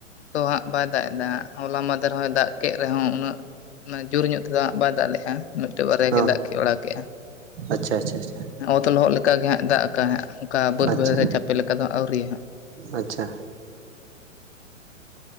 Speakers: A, on the left; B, on the right.
A: ᱛᱚ ᱦᱟᱸᱜ ᱵᱟᱭ ᱫᱟᱜ ᱮᱫᱟ ᱦᱚᱞᱟ ᱢᱟᱫᱷᱮᱨ ᱦᱚᱸᱭ ᱫᱟᱜ ᱠᱮᱜ ᱨᱮᱦᱚᱸ ᱩᱱᱟᱹᱜ ᱩᱱᱟᱹᱜ ᱡᱳᱨ ᱧᱚᱜ ᱛᱮᱫᱚ ᱦᱟᱜ ᱵᱟᱭ ᱫᱟᱜ ᱞᱮᱜᱼᱟ ᱢᱤᱫᱴᱟᱹᱜ ᱵᱟᱨᱭᱟ
B: ᱦᱚᱸ
A: ᱜᱮ ᱫᱟᱜ ᱠᱮᱜ ᱵᱟᱲᱟ ᱠᱮᱫᱼᱟ
B: ᱟᱪᱪᱷᱟ ᱟᱪᱪᱷᱟ ᱟᱪᱷᱟ
A: ᱚᱛ ᱞᱚᱦᱚᱫ ᱞᱮᱠᱟᱜᱮ ᱦᱟᱸᱜ ᱫᱟᱜ ᱠᱟᱜᱼᱟ ᱚᱱᱠᱟ ᱵᱟᱹᱫ
B: ᱟᱪᱪᱷᱟ
A: ᱵᱟᱹᱭᱦᱟᱹᱲ ᱨᱮ ᱪᱟᱯᱮ ᱞᱮᱠᱟ ᱫᱚ ᱦᱟᱜ ᱟᱹᱣᱨᱤᱭᱟ ᱦᱟᱸᱜ
B: ᱟᱪᱪᱷᱟ